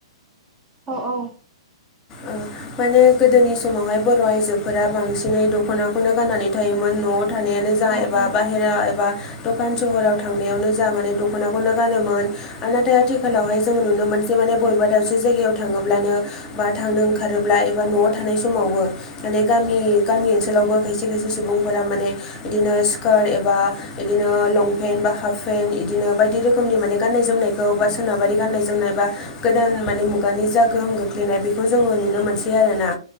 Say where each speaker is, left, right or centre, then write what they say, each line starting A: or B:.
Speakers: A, on the right (about 20°); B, on the left (about 25°).
A: औ औ ब
B: ओ माने गोदोनि समावहाय बर' आइजोफोरा बांसिनै दख'नाखौनो गाननानै थायोमोन न'आव थानायानो जाहा
A: औ
B: एबा
A: औ
B: बाहेरा एबा दखान सहराव थांनायावनो जा माने दख'नाखौनो गानोमोन। नाथाय आथिखालावहाय जों नुनो मोनसै माने बबेबा दावसे जायगायाव थाङोब्लानो बा थांनो ओंखारोब्ला एबा न'आव थानाय समावबो माने गामि गामि ओनसोलावबो खायसे खायसे सुबुंफोरा माने बिदिनो स्खार एबा बिदिनो लंपेन्ट बा हाफ पेन्ट इदिनो बायदि रोखोमनि माने गाननाय जोमनायखौ बा सोनाबारि गाननाय जोमनाय बा गोदान माने मुगानि जा गोहोम गोग लैनाय बेखौ जोङो नुनो मोनसै आरो ना।